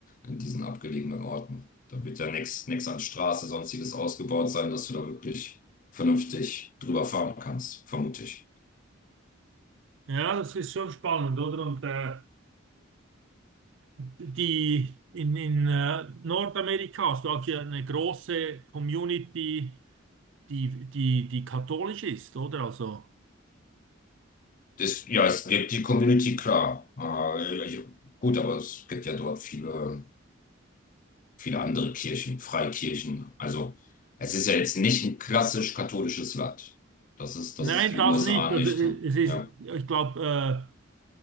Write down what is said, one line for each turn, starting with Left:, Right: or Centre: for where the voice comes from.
Left: In diesen abgelegenen Orten. Da wird ja nichts nichts an Straße, sonstiges ausgebaut sein, dass du da wirklich vernünftig drüber fahren kannst, vermute ich.
Right: Ja, das ist schon spannend, oder? Und äh, die in, in äh, Nordamerika hast du auch hier eine große Community, die, die, die katholisch ist, oder? Also,
Left: Das, ja, es gibt die Community, klar. Äh, ich, gut, aber es gibt ja dort viele, viele andere Kirchen, Freikirchen. Also, es ist ja jetzt nicht ein klassisch katholisches Land. Das ist,
Right: nein,
Left: das ist die
Right: das
Left: USA
Right: nicht. Also,
Left: nicht.
Right: es
Left: ne?
Right: ist,
Left: Ja.
Right: ich glaube,